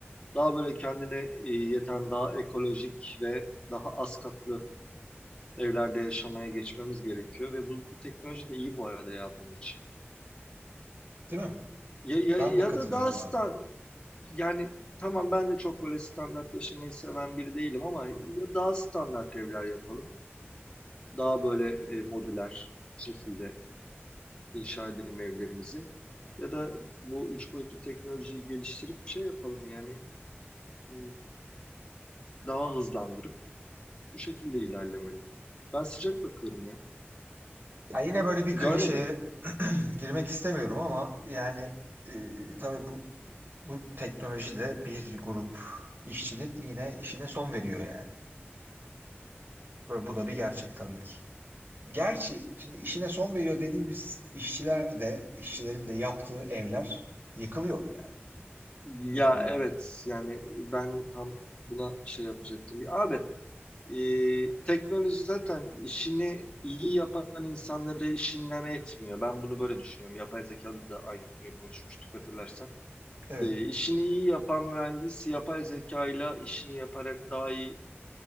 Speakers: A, on the left (about 25°); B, on the right (about 50°).
A: daha böyle kendine e, yeten daha ekolojik ve daha az katlı evlerde yaşamaya geçmemiz gerekiyor ve bu, bu teknoloji de iyi bu arada ya bunun için.
B: Değil mi?
A: Ya, ya,
B: Ben
A: ya
B: de katılıyorum
A: da daha stan
B: abi.
A: yani tamam ben de çok böyle standart yaşamayı seven biri değilim ama ya daha standart evler yapalım. Daha böyle e, modüler şekilde inşa edelim evlerimizi. Ya da bu üç boyutlu teknolojiyi geliştirip bir şey yapalım yani e, daha hızlandırıp bu şekilde ilerlemeli. Ben sıcak bakıyorum ya.
B: Ya yine böyle bir
A: Görmedim.
B: klişeye <clears throat> girmek istemiyorum ama yani e, tabii bu bu teknoloji de bir grup işçinin yine işine son veriyor yani. Böyle, bu da bir gerçek tabii ki. Gerçi şimdi işine son veriyor dediğimiz işçiler de işçilerin de yaptığı evler yıkılıyor yani.
A: Ya
B: Yıkılıyor.
A: evet yani ben tam buna şey yapacaktım. Ya Abi e, teknoloji zaten işini iyi yapan insanları işinden etmiyor. Ben bunu böyle düşünüyorum. Yapay zekada da aynı konuyu konuşmuştuk hatırlarsan.
B: Evet.
A: E, işini iyi yapan mühendis yapay zeka ile işini yaparak daha iyi